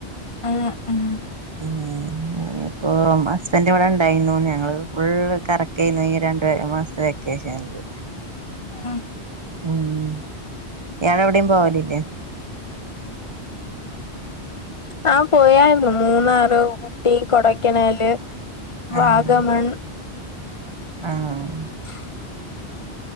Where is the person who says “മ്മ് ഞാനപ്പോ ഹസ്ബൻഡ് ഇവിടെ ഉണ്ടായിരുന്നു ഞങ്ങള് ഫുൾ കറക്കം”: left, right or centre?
Right